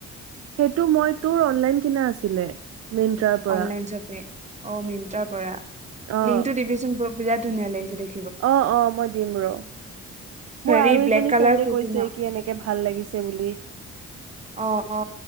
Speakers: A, on the right; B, on the right.
A: সেইটো মই তোৰ অনলাইন কিনা আছিলে। মিন্ত্ৰাৰ পৰা
B: অনলাইন শ্বপে অ মিনটাৰ পৰা
A: অ',
B: লিংকটো দিবিচোন ব। বিৰাট ধুনীয়া লাগিছে দেই।
A: অ অ মই দিম ৰ
B: হেৰি
A: মোৰ আৰু
B: ব্লেক
A: এজনী
B: কালাৰ
A: ফ্ৰেণ্ডে
B: কুৰ্তি
A: কৈছে
B: ন
A: কি এনেকে ভাল। ভাল লাগিছে বুলি।
B: অ অ